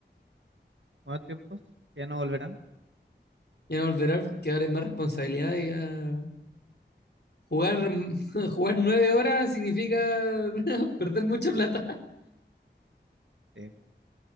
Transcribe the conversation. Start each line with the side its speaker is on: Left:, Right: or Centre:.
Right: Buenos tiempos, que ya no volverán.
Left: Ya no volverá porque ahora hay más responsabilidad y ah, jugar, <laughs> jugar nueve horas significa <laughs> perder mucha plata.
Right: Sí.